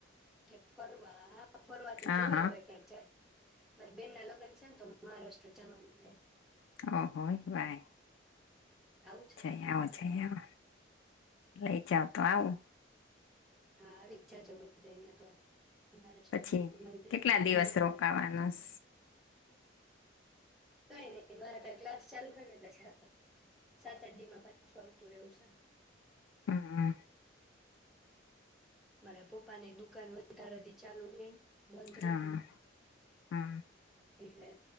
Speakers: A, in the centre; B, on the left.
A: ક ફરવા ફરવા તો
B: હા
A: જોય
B: હા
A: હવે ક્યાંક જાય મારે બેન ના લગ્ન છે ને, તો મહારાષ્ટ્ર જવાનું બે.
B: ઓ હોય બાઈ.
A: આવું છે
B: જઈ
A: તમારે
B: આવો, જઈ આવ લઈ જાવ તો આવું.
A: હા, આવીજ જજો બધા ની યા તો. મહારાષ્ટ્રમાં
B: પછી
A: તો મારી બેન
B: કેટલા
A: ને તો
B: દિવસ
A: વહેલા
B: રોકાવાનોસ?
A: વહેલા કઈ નહીં મારા કઈ ક્લાસ ચાલુ એટલે <unintelligible> સાત એકાદ દી માં પાંછું આવતું રહ્યું છે.
B: હા, હા.
A: મારા પપ્પા ને દુકાન વધારે દી ચાલુ રે. બંધ
B: હા,
A: રે ને
B: હા.
A: એટલે